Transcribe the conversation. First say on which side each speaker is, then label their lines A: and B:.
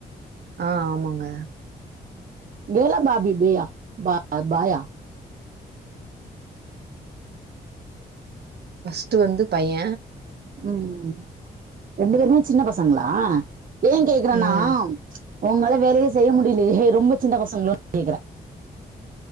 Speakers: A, on the right (about 65°); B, on the right (about 50°).
A: ஆ ஆமாங்க
B: கேள்லா பாபிபியா பா பாயா
A: ஃபர்ஸ்டு வந்து பைய
B: ம் ரெண்டு பேருமே சின்ன பசங்களா ஏ கேக்குறன்னா
A: ம்
B: உங்களால வேலையே செய்ய முடிலையே ரொம்ப சின்ன பசங்களோன் கேக்குற